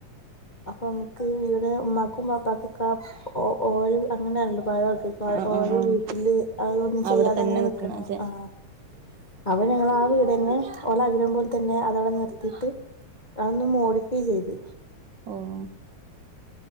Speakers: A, on the left (about 50°); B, on the right (about 40°).
A: അപ്പൊ നമ്മക്ക് ഇവടെ ഉമ്മാക്കും വാപ്പക്കൊക്കെ ഒ ഓ ഓല് അങ്ങനെ ആണല്ലോ പഴയ ആൾക്കാര്
B: ആഹ്
A: ഓലെ
B: ആഹ് ആഹ്
A: വീട്ടില് അത് ഒന്നും ചെയ്യാതെ
B: അവിടെ തന്നെ
A: അങ്ങനെ നിക്കണം.
B: അതെ
A: ആഹ് അപ്പൊ ഞങ്ങള് ആ വീട് തന്നെ ഓല ആഗ്രഹം പോലെ തന്നെ അത് അവ്ടെ നിർ ത്തിട്ട് അതൊന്ന് മോഡിഫൈ ചെയ്ത്.
B: ഓഹ്.